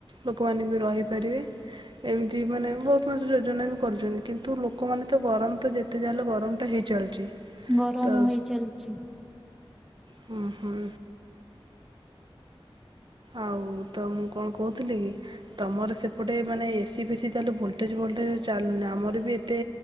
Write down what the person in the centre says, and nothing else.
ଗରମ
ହେଇ ଚାଲିଛି।